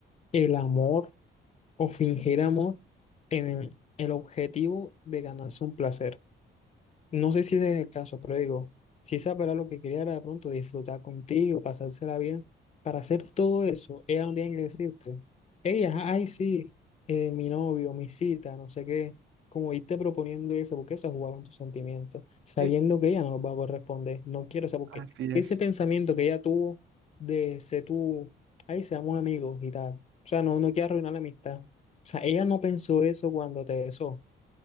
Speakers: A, on the left; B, on the right.
A: el amor o fingir amor en el, el objetivo de ganarse un placer. No sé si ese es el caso, pero digo, si esa era lo que quería era de pronto disfrutar contigo, pasársela bien, para hacer todo eso, ella no tiene que decirte, ella, ay, sí, eh, mi novio, mi cita, no sé qué, como irte proponiendo eso, porque eso es jugar con tus sentimientos, sabiendo
B: Sí,
A: que ella no va a corresponder, no quiero, o sea, porque
B: así es.
A: ese pensamiento que ella tuvo de ser tú, ay, seamos amigos y tal, o sea, no, no quiero arruinar la amistad, o sea, ella no pensó eso cuando te besó